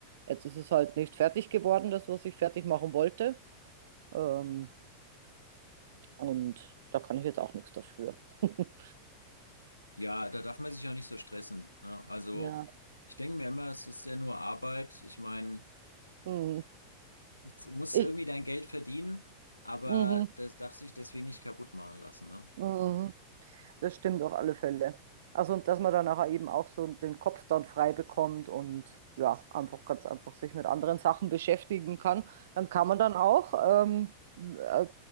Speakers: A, on the right; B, on the left.
A: jetzt ist es halt nicht fertig geworden, das, was ich fertig machen wollte. Ähm, und da kann ich jetzt auch nichts dafür. <laughs>
B: ja, da darf man sich auch nicht so stressen. Ne? Also,
A: Ja.
B: ich denke mir immer, es ist ja nur Arbeit. Ich meine,
A: Mhm.
B: du musst
A: Ich,
B: irgendwie dein Geld verdienen, aber
A: mhm,
B: das darf sich deswegen nicht kaputt machen lassen. Ne?
A: mhm. mhm. Das stimmt auf alle Fälle. Also und dass man dann nachher eben auch so den Kopf dann frei bekommt und ja, einfach ganz einfach sich mit anderen Sachen beschäftigen kann, dann kann man dann auch ähm, äh,